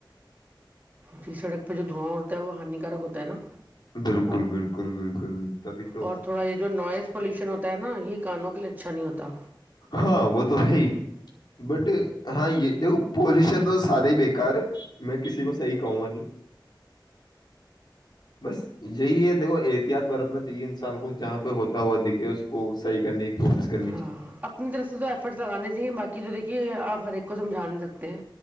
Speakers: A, on the right; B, on the left.
A: جی سڑک پہ جو دھواں ہوڑتا ہے وہ ہانیکارک ہوتا ہے نا
B: ہے بالکل بالکل بالکل تبھی تو
A: اور تھوڑا یہ جو نوائز پولوشن ہوتا ہے نا یہ کانوں کے لیے شن ہوتا
B: ہاں وہ تو بائی بٹ ہاں یہ د پولوشن تو سارے بےیکار ہے میں کسی کو صحیح کہوں گا نہیں بس یہی ہے دیکھو احتیاط برتنا چاہیے انسان کو جہاں پہ ہوتا ہوا دکھے اس کو صحیح کرنے کی کوشش کرنی
A: ہاں
B: چاہیے
A: اپنی طرف سے تو ایفرٹس لگانے چاہیے باقی جو دیکھیے آپ ہر ایک کو سمجھا نہیں سکتے ہیں